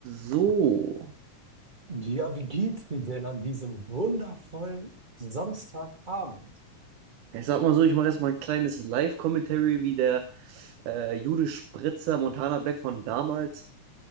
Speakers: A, on the right; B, on the right.
A: So,
B: Ja, wie geht's dir denn an diesem wundervollen Samstagabend?
A: Ja, ich sag mal so, ich mache jetzt mal ein kleines Live-Commentary, wie der äh, Jude Spritzer Montana Black von damals.